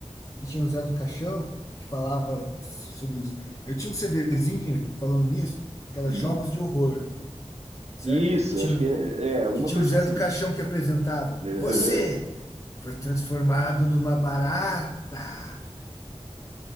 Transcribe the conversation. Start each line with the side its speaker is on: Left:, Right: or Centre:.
Left: que tinha o Zé do Caixão, que falava sobre os. Eu tinha um CDzinho falando nisso, que era
Right: Hum.
Left: Jogos de Horror, certo?
Right: Isso,
Left: Que tinha,
Right: acho que é, é alguma
Left: que tinha
Right: coisa
Left: o Zé
Right: assim.
Left: do Caixão que apresentava.
Right: <laughs>
Left: Você foi transformado numa barata.